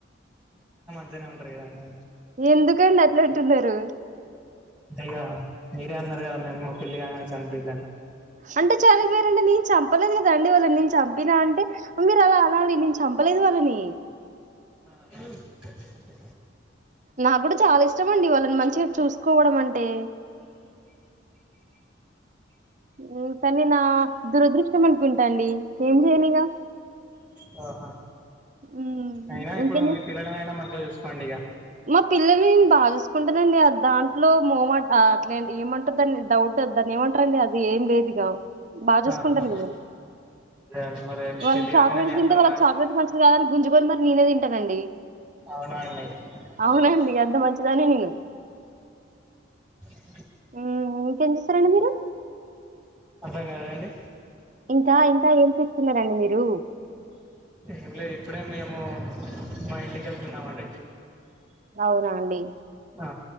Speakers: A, in the centre; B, on the right (about 40°).
A: ఇద్దర్నె ఉంటర్ గదంది.
B: ఎందుకండి అట్ల అంటున్నారు
A: అంతే ఇగ మీరే అన్నారు కదండి మా పెళ్ళి కాగానే చనిపోయిద్ధని
B: అంటే చనిపోయారంటె నేను చెప్పలేదు కదండి వాళ్ళని నేను చంపినా అంటే మీరు అలా అనాలి నేను చంపలేదు వాళ్ళని
A: <inaudible>
B: నా కూడా చాల ఇష్టమ అండి వాళ్ళని మంచిగా చూసుకోవడం అంటే ఉమ్ కానీ నా దురదృష్టం అనుకుంటండి ఏం చేయనిగా
A: తాహా
B: ఉమ్,
A: అయిన
B: ఇంకేం
A: ఇప్పుడు
B: చే-
A: మీ పిల్లల కయినా మంచిగా చూస్త కొండిగా
B: మా పిల్లల్ని నేను బాగా. చూసుకుంటానండి దాంట్లో మోమట్ అట్ల ఏమంటారు దాన్ని డౌట్ వ దాన్ని ఏమంటారంండి అది ఏం లేదుగా బాగ చూసుకుంటాను
A: ఆహా అదే అండి మరి మీ
B: వాళ్ళు
A: పెళ్లి
B: చాక్లెట్
A: కాంగానే మీ అత్తమ్మ
B: తింటే వాళ్ళకి చాక్లెట్ మంచిది కాదని గు గుంజుకొని మరి నేనే తింటానండి
A: అవునా అండి
B: అవునండి
A: అదె
B: అంత మంచిదాన్ని నేను
A: <inaudible>
B: ఊమ్ ఇంకెం చేస్తరండి మీ రు
A: అర్థం కాలేదండి
B: ఇంకా ఇంకా ఏం చేస్తున్నారండి మీరు?
A: ఏం లేదు ఇప్పుడే మేము మా ఇంటికి వెళ్తున్నామండి.
B: అవునా అండి?
A: ఆ